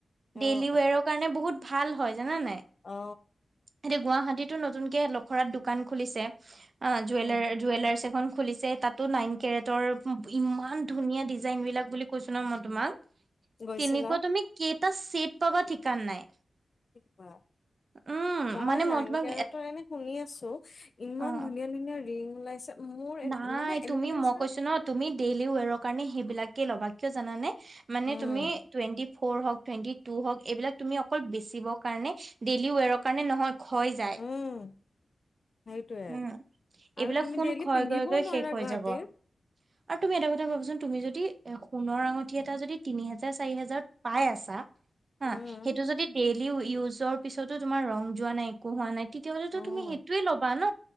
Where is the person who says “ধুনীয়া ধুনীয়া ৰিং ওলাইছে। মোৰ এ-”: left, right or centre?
Left